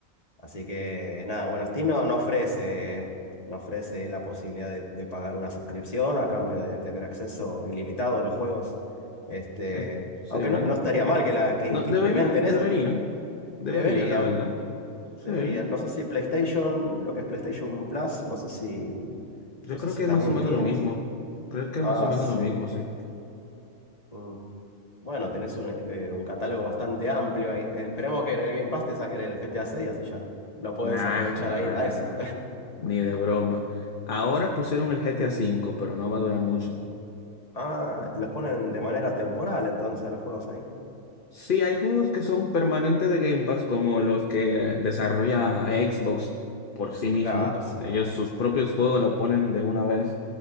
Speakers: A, on the left; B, on the left.
A: Así que nada, bueno, Steam no, no ofrece, no ofrece la posibilidad de, de pagar una suscripción a cambio de tener acceso ilimitado a los juegos. Este,
B: Es- sí.
A: aunque no, no estaría mal que, la, que,
B: No,
A: que
B: deberían,
A: implementen eso.
B: deberían,
A: ta-
B: deberían,
A: Deberían,
B: la verdad. Sí.
A: deberían. No sé si PlayStation, lo que es PlayStation Plus, no sé si,
B: Yo
A: no
B: creo
A: sé si
B: que es
A: también
B: más o menos
A: tienes.
B: lo mismo. Creo que es
A: Ah,
B: más o menos
A: sí.
B: lo mismo, sí.
A: mm. Bueno, tenés un, eh, un catálogo bastante amplio ahí. Eh, Esperemos que en el Game Pass te saquen el GTA 6, así ya lo puedes
B: Nah,
A: aprovechar
B: nah,
A: ahí a
B: nah,
A: eso.
B: nah. Ni de broma. Ahora
A: <laughs>
B: pusieron el GTA cinco pero no va a durar mucho.
A: Ah, los ponen de manera temporal entonces a los juegos ahí.
B: Sí, hay juegos que son permanentes de Game Pass, como los que eh, desarrolla Xbox por sí mismo.
A: Claro, sí.
B: Ellos sus propios juegos lo ponen de una vez